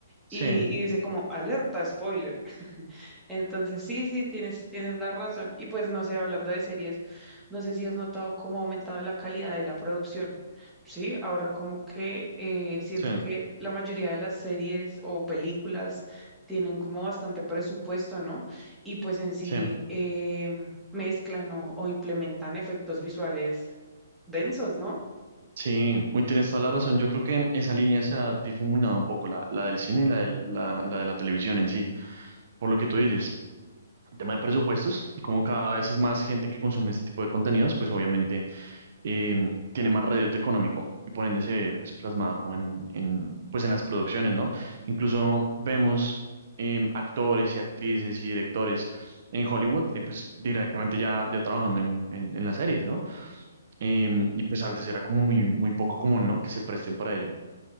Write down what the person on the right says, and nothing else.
Sí,
sí,
sí,
sí. Uy, tienes toda la razón. Yo creo que esa línea se ha difuminado un poco, la, la del cine y la, del- la, la de la televisión en sí. Por lo que tú dices, el tema de presupuestos, como cada vez es más gente que consume este tipo de contenidos, pues obviamente eh, tiene más reducto económico y por ende se ve pues, plasmado como en, en, pues, en las producciones, ¿no? Incluso vemos eh, actores y actrices y directores en Hollywood, eh, pues directamente ya, ya trabajando en, en en las series, ¿no? Em, y pues antes era como muy, muy poco común, ¿no? Que se presten para ello.